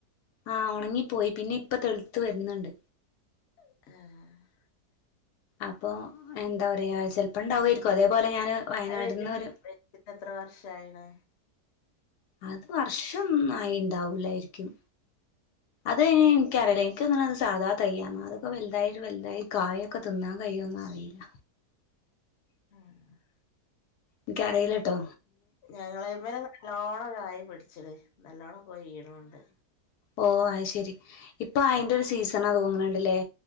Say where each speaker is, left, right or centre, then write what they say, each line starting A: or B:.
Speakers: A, on the left; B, on the left.
A: ആഹ് ഒണങ്ങിപ്പോയി പിന്നെ ഇപ്പ തെളുത്ത് വരുന്നുണ്ട്
B: ആഹ്
A: അപ്പൊ എന്താ പറയാ ചെലപ്പം ഇണ്ടാവുമായിരിക്കും അതേപോലെ ഞാന് വയനാട്ന്ന്
B: അത് വെച്ചിട്ട്
A: ഒരു
B: വെച്ചിട്ട് എത്ര വർഷായിണ്?
A: അത് വർഷം ന്നായി ഇണ്ടാവൂലായിരിക്കും അത് എനി എനിക്കറിയില്ല എനിക്ക് തോന്ന്ന്നെ അത് സാധാ തയ്യാന്നാ അതൊക്കെ വല്തായിട്ട വെല്ലതായി കായ ഒക്കെ തിന്നാൻ കഴിയോന്ന അറിയില്ല
B: ആഹ്
A: ഇൻക്ക അറിയില്ലട്ടോ
B: ഞങ്ങളേമ്മേ നല്ലോണം കായി പിടിച്ചിണ് നല്ലോണം കൊയ്യുണുംണ്ട്
A: ഓ അയ് ശരി ഇപ്പൊ അയിന്റെ ഒരു സീസണാ തോന്നുന്നുണ്ട്ല്ലേ?